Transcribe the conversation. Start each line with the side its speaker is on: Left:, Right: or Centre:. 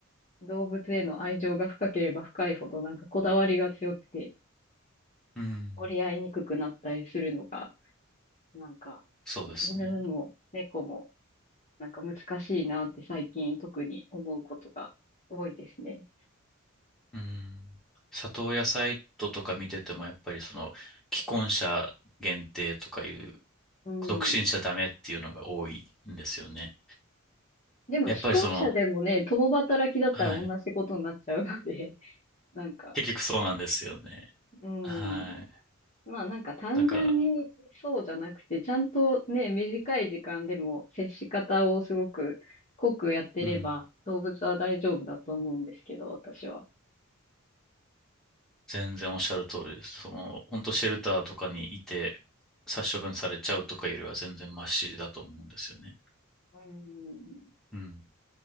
Left: 動物への愛情が深ければ深いほど、なんかこだわりが強くて、
Centre: うん。
Left: 折り合いにくくなったりするのが、なんか、
Centre: そうですね。
Left: 犬も猫も、なんか難しいなって最近特に思うことが多いですね。
Centre: うん。里親サイトとか見てても、やっぱりその、既婚者限定とかいう、
Left: うん。
Centre: 独身者ダメっていうのが多いんですよね。
Left: でも既婚者でもね、
Centre: やっぱりその、
Left: 共働きだったら同じことになっちゃうので、
Centre: はい。
Left: <laughs> なんか、
Centre: 結局そうなんですよね。
Left: うん。
Centre: はい。
Left: まあなんか単純にそうじゃなくて、
Centre: だから、
Left: ちゃんとね、短い時間でも接し方をすごく濃くやってれば動物は大丈夫だと思うんですけど、
Centre: うん。
Left: 私は。
Centre: 全然おっしゃる通りです。その、本当シェルターとかにいて、殺処分されちゃうとかよりは全然マシだと思うんですよね。
Left: うん。
Centre: うん。